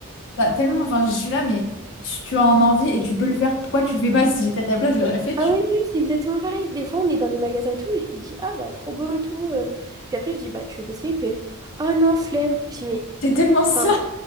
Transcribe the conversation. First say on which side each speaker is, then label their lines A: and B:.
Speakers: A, on the left (about 60°); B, on the right (about 15°).
A: Bah, tellement, enfin, je suis là, mais tu, tu en as envie et tu peux le faire. Pourquoi tu le fais pas? Si j'étais à ta place, je l'aurais fait. Tu...
B: Ah oui, oui, c'est exactement pareil. Des fois, on est dans les magasins et tout, il dit «Ah bah trop beau et tout». euh. Puis après, je dis «Bah tu veux essayer?» Il me fait «Ah non, flemme». Je dis «Mais,
A: C'est tellement ça.
B: enfin,